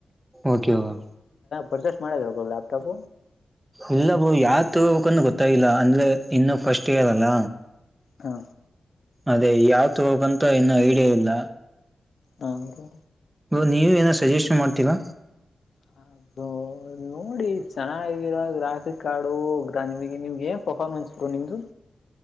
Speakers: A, on the right (about 20°); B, on the left (about 70°).
A: ಓಕೆ ಬ್ರೋ
B: ಪರ್ಚೆಸ್ ಮಾಡಿದ ಲ್ಯಾಪ್ಟಾಪ
A: ಇಲ್ಲ ಬೋ ಯಾವ ತಗೋಬೇಕ ಗೊತ್ತಾಗಿಲ್ಲ ಅಂದ್ರೆ ಇನ್ನು ಫಸ್ಟ್ ಇಯರ್ ಅಲ್ಲ
B: ಹಾ
A: ಅದೇ ಯಾವತ್ ಹೋಗಕಂತ ಇನ್ನುೂ ಐಡಿಯಾ ಇಲ್ಲ
B: ನರುೂ
A: ನೀವ ಏನೋ ಸಜೆಷನ್ ಮಾಡ್ತೀರಾ
B: <unintelligible> ನೋಡಿ ಚೆನ್ನಾಗಿರ ಗ್ರಾಫಿಕ್ ಆಡು ಗ ನಿಮ ನಿಮ್ಗೆ ಏನ್ ಪರ್ಫ್ಮೆನ್ಸ್ ಬರು ನಿಮ್ದು